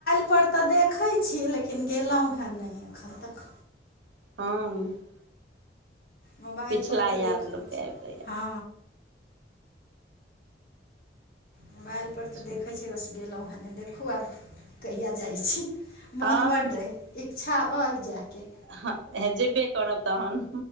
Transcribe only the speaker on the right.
<unintelligible>
पिछला
याद
लोकके
आबि
जाइए
हँ
हऽ हे जेब्बे करब तहन